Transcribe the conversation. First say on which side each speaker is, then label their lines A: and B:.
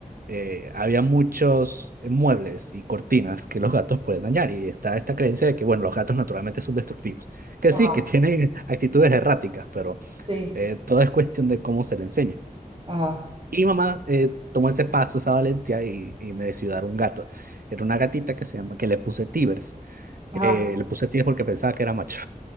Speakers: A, on the right (about 70°); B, on the right (about 35°).
A: eh, había muchos eh, muebles y cortinas que los gatos pueden dañar. Y está esta creencia de que, bueno, los gatos naturalmente son destructivos. Que
B: Ajá.
A: sí, que tienen <laughs> actitudes erráticas, pero
B: Sí.
A: eh, todo es cuestión de cómo se le enseña.
B: Ajá.
A: Y mamá eh, tomó ese paso, esa valentía y, y me decidió dar un gato. Era una gatita que se llama, que le puse Tibers.
B: Ajá.
A: Eh, le puse Tibers porque pensaba que era macho.